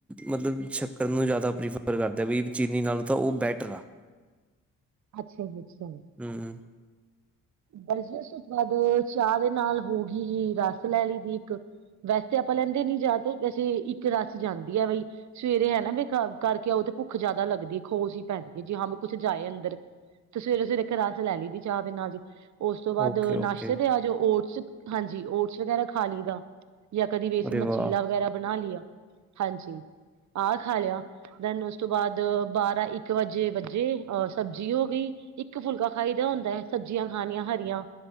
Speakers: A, in the centre; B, on the right.
A: ਮਤਲਬ ਸ਼ੱਕਰ ਨੂੰ ਜ਼ਿਆਦਾ ਪ੍ਰੀਫਰ ਕਰਦੇ ਵੀ, ਚੀਨੀ ਨਾਲ ਤਾਂ ਉਹ ਬੈਟਰ ਆ। <inaudible>
B: ਅੱਛਾ ਜੀ, ਅੱਛਾ ਜੀ।
A: ਹੂ- ਹੂ।
B: ਬਰਜਸ ਉਸ ਤੋਂ ਬਾਅਦ ਚਾਹ ਦੇ ਨਾਲ ਹੋ ਗਈ, ਰਸ ਲੈ ਲਈ ਦੀ ਇੱਕ। ਵੈਸੇ ਤਾਂ ਆਪਾਂ ਲੈਂਦੇ ਨੀ ਜਾਦਾ, ਵੈਸੇ ਇੱਕ ਰਾਸ ਜਾਂਦੀ ਹੈ ਬਈ। ਸਵੇਰੇ ਹੈ ਨਾ ਵੀੇਖ ਕਰਕੇ ਆਓ ਤਾਂ ਭੁੱਖ ਜ਼ਿਆਦਾ ਲੱਗਦੀ ਹੈ, ਖੋ ਹੀ ਪੈਂਦੀ ਹੈ ਜੀ ਹਾਂ ਕੁੱਛ ਜਾਏ ਅੰਦਰ। ਤੇ ਸਵੇਰੇ- ਸਵੇਰੇ ਇੱਕ ਰਸ ਲੈ ਲਈ ਦੀ ਚਾਹ ਨਾਲ ਜੀ ਉਸ ਤੋਂ ਬਾਅਦ
A: ਓਕੇ ਓਕੇ
B: ਨਾਸ਼ਤੇ ਤੇ ਆ ਜਾਓ, ਓਟਸ ਹਾਂਜੀ, ਓਟਸ ਵਗੈਰਾ ਖਾ ਲਈ ਦਾ। ਜਾਂ ਕਦੀ ਵੇਸਣ
A: ਅਰੇ
B: ਦਾ
A: ਵਾਹ
B: ਚੀਲਾ ਵਗੈਰਾ ਬਣਾ ਲਿਆ। ਹਾਂਜੀ, ਆਹ ਖਾ ਲਿਆ। ਥੇਨ, ਉਸ ਤੋਂ ਬਾਅਦ ਬਾਰਾਂ ਇੱਕ ਵਜੇ ਵੱਜੇ, ਅਹ ਸਬਜ਼ੀ ਹੋ ਗਈ। ਇੱਕ ਫੁਲਕਾ ਖਾਈ ਦਾ ਹੁੰਦਾ ਹੈ, ਸਬਜ਼ੀਆਂ ਖਾਣੀਆਂ ਹਰੀਆਂ।